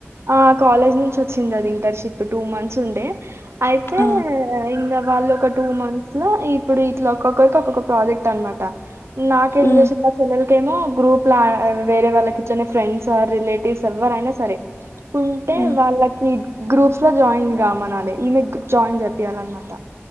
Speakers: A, on the right (about 70°); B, on the left (about 60°).
A: ఆ కాలేజ్ నుంచి వచ్చింది అది ఇంటర్న్షి షిప్ టూ మంత్స్ ఉండే అయితే
B: ఆ
A: ఇంగ్ వాళ్ళ ఒక టూ మంత్స్ ఇప్పుడు ఇట్లా ఒక్కొలకి ఒక్కొక్క ప్రాజెక్ట్ అనమాట. నాకేం
B: ఉమ్
A: చేసింది నా చెలెల్ ఏమో గ్రూప్లో వేరే వాళ్ళకి ఇచ్చిన ఫ్రెండ్స్ ఆ రిలేటివ్స్ ఎవరైనా సరే. ఉంటే
B: ఉమ్
A: వాళ్ళకి గ్రూప్స్ లో జాయిన్ గామనలే ఈమె జాయిన్ చేపియ్యాలన్నమాట.